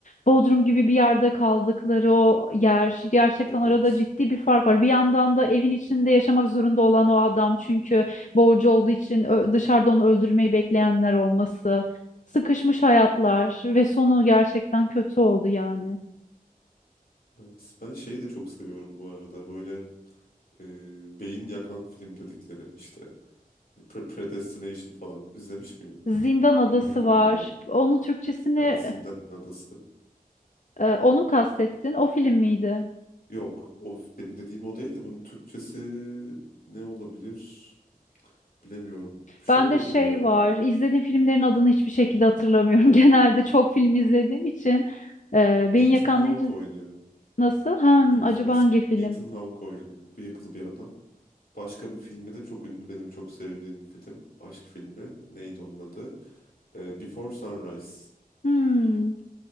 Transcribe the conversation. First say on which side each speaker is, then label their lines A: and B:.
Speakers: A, on the left; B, on the left.
A: Bodrum gibi bir yerde kaldıkları o yer gerçekten
B: Evet.
A: arada ciddi bir fark var. Bir yandan da evin içinde yaşamak zorunda olan o adam çünkü borcu olduğu için ö- dışarıda onu öldürmeyi bekleyenler olması. Sıkışmış hayatlar ve sonu gerçekten kötü oldu yani.
B: Evet. Ben şeyi de çok seviyorum bu arada. Böyle e, beyin yakan film dedikleri işte Pre- Predestination falan izlemiş miydin?
A: Zindan Adası
B: Du- duydun
A: var.
B: mu ya da?
A: Onun Türkçesini
B: Hani Zindan Adası.
A: e, onu mu kastettin? O film miydi?
B: Yok, o benim dediğim o değildi. Bunun Türkçesi ne olabilir bilemiyorum. Şey
A: Ben
B: oynuyor
A: de şey var.
B: ya.
A: İzlediğim filmlerin adını hiçbir şekilde hatırlamıyorum. <laughs> Genelde çok film izlediğim için e, beni
B: Ethan
A: yakan
B: Hawke
A: deyince
B: oynuyor.
A: nasıl? Hmm,
B: Biliyorsan
A: acaba
B: ismi.
A: hangi film?
B: Ethan Hawke oynuyor. Bıyıklı bir adam. Başka bir filmi de çok ünlü. Benim çok sevdiğim bir film. Aşk filmi. Neydi onun adı? Ee, Before Sunrise.
A: Hmm,